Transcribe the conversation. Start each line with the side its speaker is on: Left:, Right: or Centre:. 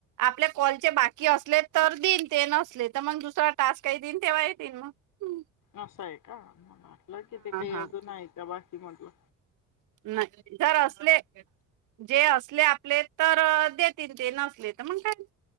Right: आपल्या कॉलचे बाकी असले तर देन ते नसले तर मग दुसरा टास्क काही देईन तेव्हा येतीलन मग हम्म.
Left: असं आहे का मला वाटलं की ते काही
Right: हा
Left: अजून आहे त्या बाकीमधलं
Right: नाही जर असले जे असले आपले तर देतील ते नसले तर मण काय